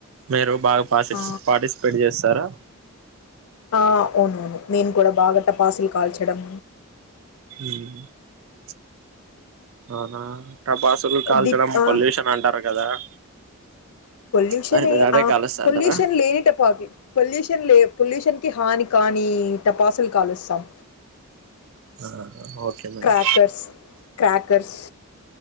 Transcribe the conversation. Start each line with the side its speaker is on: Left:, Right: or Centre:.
Right: మీరు బాగా పసిస్
Left: ఆ,
Right: పాటిస్ పెడ్ చేస్తారా
Left: ఆ అవునవును నేను కూడా బాగా టపాసులు కాల్చడం
Right: హ అహా టపాసులు కాల్చడం
Left: దీప్
Right: పొల్యూషన్ అంటారు కదా <inaudible>
Left: పొల్యూషన్
Right: మరి మీరు
Left: ఎ
Right: అదే
Left: ఆ
Right: కాలుస్తాంటారా
Left: పొల్యూషన్ లేని టపాకు పొల్యూషన్ లే పొల్యూషన్ కి హాని కాని టపాసులు కాలుస్తాం
Right: ఆ ఓకే మేడం
Left: క్రాకర్స్ క్రాకర్స్